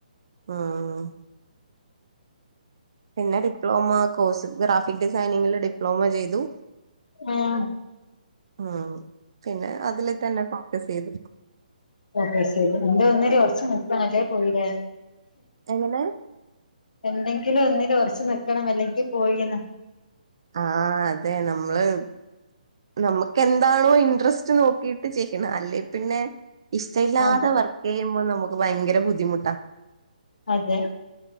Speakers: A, on the right; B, on the left.
A: ആഹ് പിന്നെ ഡിപ്ലോമ കോഴ്സ് ഗ്രാഫിക് ഡിസൈനിങ്ങില് ഡിപ്ലോമ ചെയ്തു
B: ഏയൊ
A: ഊം പിന്നെ അതില് തന്നെ ഫോക്കസെയ്തു
B: ഫോക്കസെയ്തു. എന്തെ ഒന്നില് ഒർച്ച് നിക്കണം ല്ലേപോയിലേ
A: എങ്ങനെ
B: എന്തെങ്കിലും ഒന്നില് ഒറച്ച് നിക്കണം അല്ലെങ്കി പോയീന്ന്
A: ആഹ്‌ അതെ നമ്മള് നമ്മക്ക് എന്താണോ ഇൻട്രസ്റ്റ് നോക്കിട്ട് ചെയ്യണം. അല്ലെ പിന്നെ ഇഷ്ടഇല്ലാതെ
B: അതെ
A: വർക് ക്കെയ്യുമ്പൊ നമുക്ക് ഭയങ്കര ബുദ്ധിമുട്ടാ
B: അതെ